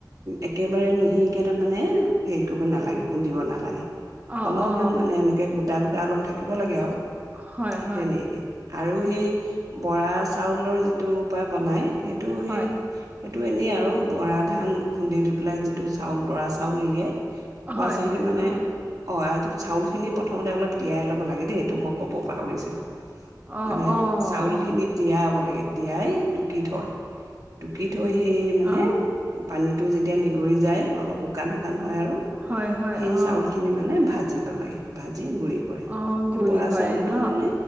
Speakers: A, on the right; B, on the right.
A: একেবাৰে মিহিকে তাৰ মানে হেৰি কৰিব নালাগে, খুন্দিব নালাগে।
B: অ
A: অলপ
B: অ
A: মান মানে এনেকে গোট গোটা-গোটা অলপ থাকিব লাগে আৰু।
B: হয়
A: সেই
B: হয়
A: তেনেকে আৰু সেই পৰা চাউলৰ যিটো পা বনায় সেইটো
B: হয়
A: সেই সেইটো এনেই আৰু, বৰা ধান খুন্দি দি পেলাই যিটো চাউল বৰা চাউল উলিয়াই। বৰা
B: হয়
A: চাউল
B: হয়
A: কেইটা মানে,
B: অ
A: অ'। <unintelligible> চাউলখিনি প্ৰথমতে অলপ তিয়াই ল'ব লাগে দেই, এইটো মই ক'ব পাহৰিছিলোঁ।
B: অ'-অ'-অ'-অ'।
A: মানে চাউলখিনি তিয়াব লাগে, তিয়াই টুকি থয়, টুকি থৈই সেই মানে
B: অ
A: পানীটো যেতিয়া নিগৰি যায় অলপ শুকান-শুকান হয় আৰু,
B: হয় হয়
A: সেই
B: অ
A: চাউলখিনি মানে ভা ভাজিব লাগে, ভাজি ভাজিব গুৰি কৰে,
B: অ
A: সেই
B: গুৰি
A: বৰা
B: কৰে
A: চাউলটো
B: ন
A: মানে